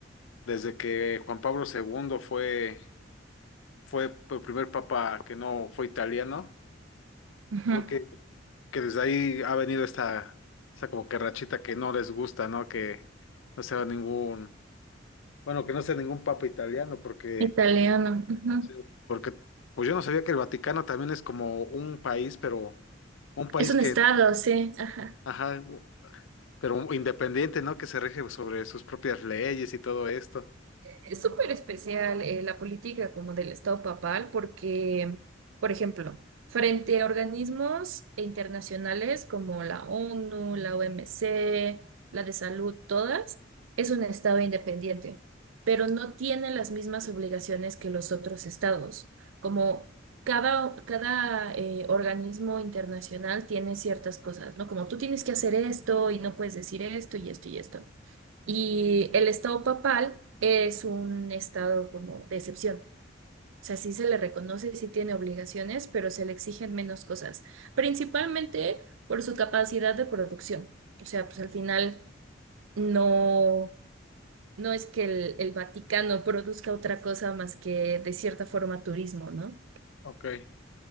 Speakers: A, on the left; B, on the right.
A: desde que Juan Pablo segundo fue, fue el primer papa que no fue italiano,
B: ujú.
A: creo que, que desde ahí ha venido esta, esta como que rachita que no les gusta, ¿no? Que no sea ningún, bueno, que no sea ningún papa italiano, porque...
B: Italiano. ujú.
A: Sí. Porque, pues yo no sabía que el Vaticano también es como un país, pero un país
B: Es un
A: que,
B: estado, sí. Ajá.
A: ajá, u- pero independiente, ¿no? Que se rige sobre sus propias leyes y todo esto.
B: Es súper especial eh, la política como del Estado papal porque, por ejemplo, frente a organismos internacionales como la ONU, la OMC, la de salud, todas, es un Estado independiente, pero no tiene las mismas obligaciones que los otros estados. Como cada, cada eh, organismo internacional tiene ciertas cosas, ¿no? Como tú tienes que hacer esto y no puedes decir esto y esto y esto. Y el estado papal es un estado como de excepción. O sea, sí se le reconoce, y sí tiene obligaciones, pero se le exigen menos cosas, principalmente por su capacidad de producción. O sea, pues al final no, no es que el, el Vaticano produzca otra cosa más que de cierta forma turismo, ¿no?
A: Ok.